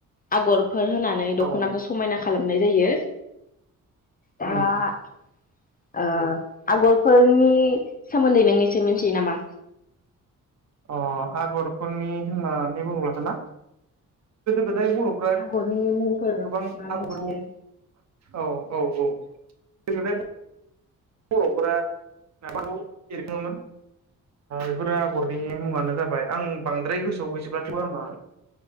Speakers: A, on the left; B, on the right.
A: आगर फोर होनानै दख'नाखौ
B: औ
A: समायना खालामो खालामनाय जायो दा
B: उम
A: आगरफोरनि सोमोन्दै नों एसे मिथियो नामा?
B: अ आगरफोरनि होननानै बुङोब्लाथ' ना गोदाय बर'फ्रा
A: आगरनि मुंफोर
B: गोबां
A: मा
B: आगरफोरखौ
A: मिथियो?
B: औ -औ -औ बर'फोरा आगरफोरखौ एरखाङोमोन बेफोरो आगरनि मुङानो जाबाय आं बांद्राय गोसोआव गैजोबा आङो